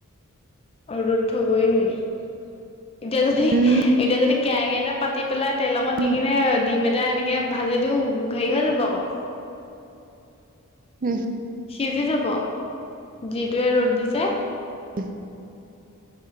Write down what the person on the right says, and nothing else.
উম
উম
উম'।
উহ'।